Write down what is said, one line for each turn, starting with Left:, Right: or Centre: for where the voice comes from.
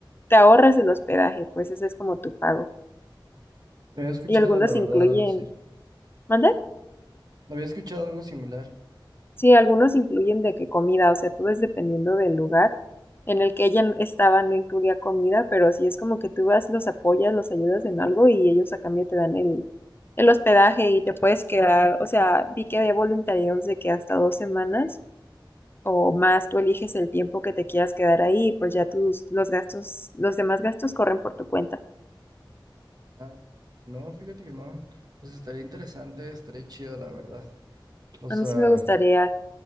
Left: te ahorras el hospedaje, pues ese es como tu pago.
Right: No había escuchado,
Left: Y algunos
Right: la verdad,
Left: incluyen,
Right: algo así.
Left: ¿mande?
Right: No había escuchado algo similar.
Left: Sí, algunos incluyen de que comida, o sea, todo es dependiendo del lugar en el que ella estaba, no incluía comida, pero sí es como que tú vas, los apoyas, los ayudas en algo y ellos a cambio te dan el, el hospedaje y te puedes quedar, o sea, vi que había voluntariados de que hasta dos semanas o más tú eliges el tiempo que te quieras quedar ahí, pues ya tus, los gastos, los demás gastos corren por tu cuenta.
Right: Ah, no, fíjate que no. Pues estaría interesante, estaría chido, la verdad. O
Left: A
Right: sea,
Left: mí sí me gustaría,